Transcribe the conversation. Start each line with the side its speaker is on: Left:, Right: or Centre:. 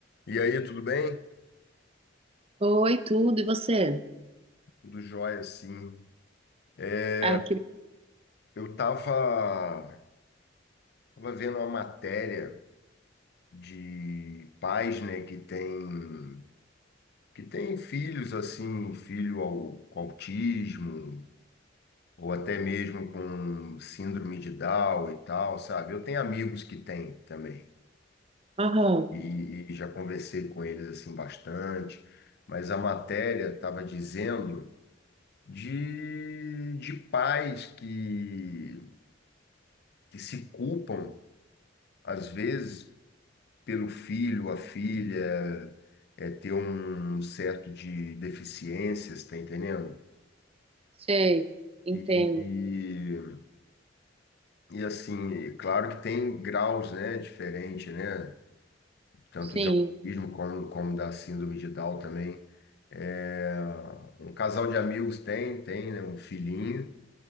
Left: E aí, tudo bem?
Right: Oi, tudo, e você?
Left: Tudo jóia, sim. É,
Right: Ah, que...
Left: Eu tava, tava vendo uma matéria de pais, né, que tem, que tem filhos, assim, um filho ao- com autismo, ou até mesmo com síndrome de Down e tal, sabe? Eu tenho amigos que têm também,
Right: Aham,
Left: e, e já conversei com eles, assim, bastante, mas a matéria tava dizendo de, de pais que, que se culpam às vezes pelo filho, a filha é, ter um certo de deficiências, tá entendendo?
Right: Sei, entendo.
Left: E, e, e, assim, é claro que tem graus, né, diferente, né, tanto
Right: Sim.
Left: de autismo como, como da síndrome de Down também. É, um casal de amigos tem, tem, né, um filhinho